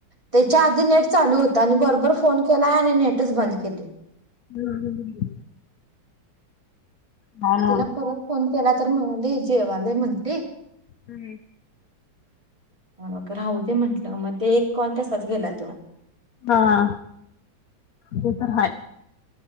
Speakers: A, on the right (about 15°); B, on the left (about 60°).
A: त्याच्या आधी नेट चालू होता आणि बरोबर फोन केलाय आणि नेटच बंद केली.
B: हम्म हम्म हम् हम् हा ना
A: तिला परत फोन केला तर म्हणाली जेवाले म्हणते.
B: हम्म.
A: मग आता राहू दे म्हंटलं, मग ते एक कॉल तसाच गेला तो.
B: हा. ते पण हाय.